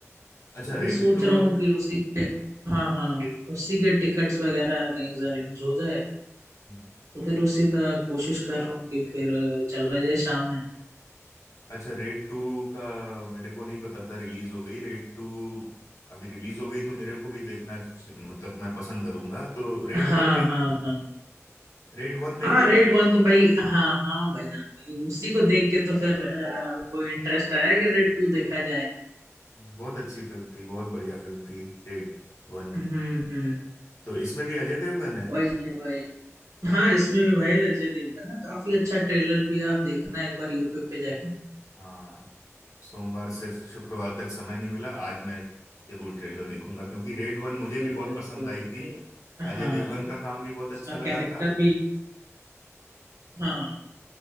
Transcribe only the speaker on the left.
अच्छा
रेड
टू
हम्म।
अच्छा रेड टू का मेरे को नहीं पता था रिलीज हो गई रेड टू अभी रिलीज हो गई तो मेरे को भी देखना च- मतलब मैं पसंद करूंगा तो रेड
वन देख
रेड वन देखी
थी
बहुत अच्छी फिल्म थी बहुत बढ़िया फिल्म थी रेड वन
तो इसमें भी अजय देवगन है
हाँ सोमवार से शुक्रवार तक समय नहीं मिला आज मैं जरूर ट्रेलर देखूंगा क्योंकि रेड वन
मुझे भी बहुत
पसंद आई
थी अजय
देवगन का काम भी बहुत
अच्छा लगा
था